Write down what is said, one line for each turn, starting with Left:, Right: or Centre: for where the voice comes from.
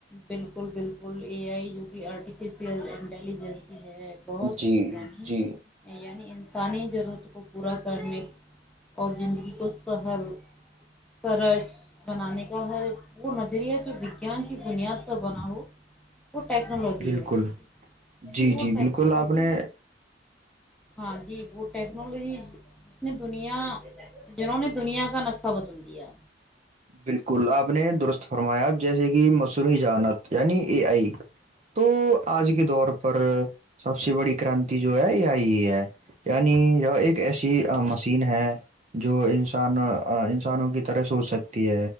Centre: بالکل بالکل اے آئی جو کہ آرٹیفیشیل انٹیلیجنس ہے بہت
Right: جی
Centre: انی
Right: جی
Centre: یعنی انسانی ضرورت کو پورا کرنے اور زندگی کو سہل سرج بنانے کا ہر وہ نظریہ جو وگیان بنیاد سے بناؤ وہ ٹیکنالوجی
Right: بالکل
Centre: ہے
Right: جی
Centre: وہ
Right: جی
Centre: ٹیکنالوجی
Right: بالکل آپ نے
Centre: ہاں جی وہ ٹیکنالوجی جس نے دنیا جنہوں نے دنیا کا نقفہ بدل دیا
Right: بالکل آپ نے درست فرمایا جیسے کہ مصروحی جانت یعنی اے آئی تو آج کے دور پر سب سے بڑی کرانتی جو ہے اے آئی ہے نی ایک ایس مشین ہے جو انسان ان انوں کی طرح ہو سک ہے